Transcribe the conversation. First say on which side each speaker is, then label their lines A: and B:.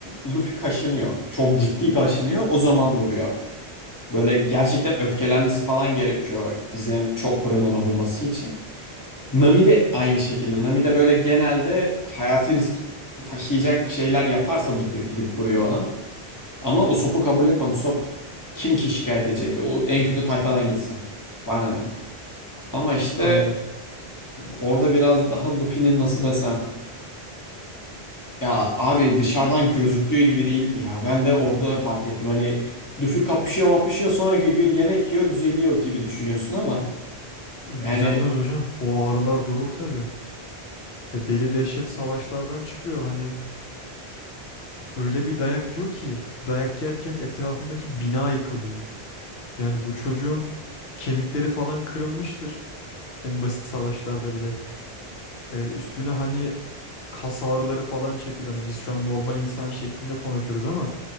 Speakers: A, on the left; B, on the left.
A: Luffy kaşınıyor. Çok ciddi kaşınıyor. O zaman vuruyor. Böyle gerçekten öfkelenmesi falan gerekiyor. Bizim Chopper'ın ona vurması için. Nami de aynı şekilde. Nami de böyle genelde hayati risk taşıyacak şeyler yaparsa Luffy gidip vuruyor ona. Ama Usopp'u kabul etmem. Usopp kim ki şikayet edecek? O en kötü tayfadan gitsin. Bana ne? Ama işte
B: Aynen.
A: orada biraz daha Luffy'nin nasıl desem. Ya abi dışarıdan gözüktüğü gibi değil ya. Ben de orada fark ettim. Hani Luffy kapışıyor mapışıyor sonraki gün yemek yiyor düzeliyor gibi düşünüyorsun ama yani
B: Düzelmez hocam. O ağrılar durur tabii. Ya deli dehşet savaşlardan çıkıyor. Hani öyle bir dayak yiyor ki dayak yerken etrafındaki bina yıkılıyor. Yani bu çocuğun kemikleri falan kırılmıştır. En basit savaşlarda bile. Ee, üstüne hani kas ağrıları falan çekiyordu. Hani biz şu an normal insan şeklinde konuşuyoruz ama